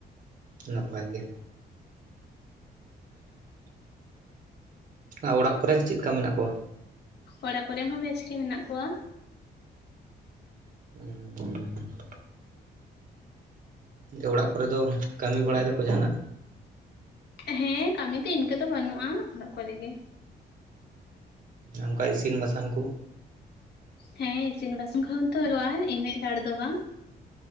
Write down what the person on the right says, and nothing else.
ᱱᱟᱯᱟᱭ ᱜᱮ ᱟ ᱚᱲᱟᱜ ᱠᱚᱨᱮ ᱪᱮᱫᱠᱟ ᱢᱮᱱᱟᱜ ᱠᱚᱣᱟ
<inaudible> ᱛᱮ ᱚᱲᱟᱜ ᱠᱚᱨᱮ ᱫᱚ ᱠᱟᱹᱢᱤ ᱵᱟᱲᱟᱭ ᱫᱟᱠᱚ ᱡᱟᱦᱟᱱᱟᱜ
ᱚᱱᱠᱟ ᱤᱥᱤᱱ ᱵᱟᱥᱟᱝ ᱠᱚ